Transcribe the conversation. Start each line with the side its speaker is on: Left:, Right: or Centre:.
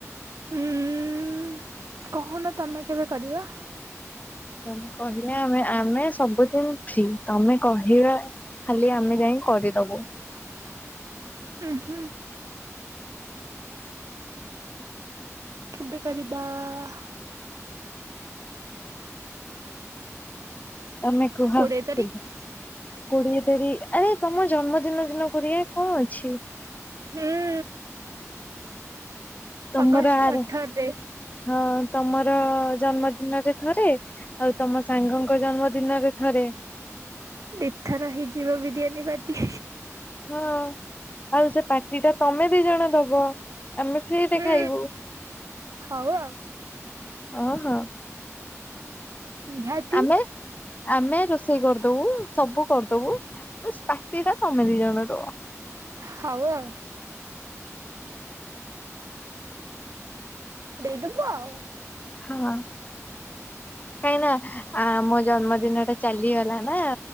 Right: ଉଁ-ଉଁ କହୁନ ତମେ କେବେ କରିବା?
Left: ତମେ କହିଲେ ଆମେ ଆମେ ସବୁଦିନ୍ ଫ୍ରି ତମେ କହିବା ଖାଲି ଆମେ ଯାଇଁ କରିଦବୁ।
Right: ଉଁ ହୁଁ। କେବେ କରିବା ଆ-ଆ
Left: ତମେ କୁହ
Right: କୋଡିଏ ତାରିଖ
Left: କେବେ? କୋଡିଏ ତାରି ଆରେ ତମ ଜନ୍ମଦିନ ଦିନ କରିଆ କଁ ଅଛି।
Right: ହୁଁ।
Left: ତମର
Right: ଅଗଷ୍ଟ
Left: ଆର
Right: ଅଠରରେ
Left: ହଁ ତମର ଜନ୍ମଦିନରେ ଥରେ ଆଉ ତମ ସାଙ୍ଗଙ୍କ ଜନ୍ମ ଦିନରେ ଥରେ।
Right: ଦି ଥର ହେଇଯିବ ବିରିୟାନୀ ପାର୍ଟି।
Left: ହଁ ଆଉ ସେ ପାଟି ଟା ତମେ ଦି ଜଣ ଦବ। ଆମେ ଫ୍ରିରେ
Right: ହୁଁ
Left: ଖାଇବୁ
Right: ହଉ ଆଉ
Left: ଅଁ ହଁ।
Right: ନିହାତି।
Left: ଆମେ ଆମେ ରୋଷେଇ କରିଦବୁ ସବୁ କରିଦବୁ ବାଶ୍ ପାଟି ଟା ତମେ ଦି ଜଣ ଦବ।
Right: ହଉ ଆଉ। ଦେଇଦବୁ ଆଉ।
Left: ହଁ। କାଇଁନା ଆ ମୋ ଜନ୍ମଦିନ ଟା ଚାଲିଗଲା ନା ଆ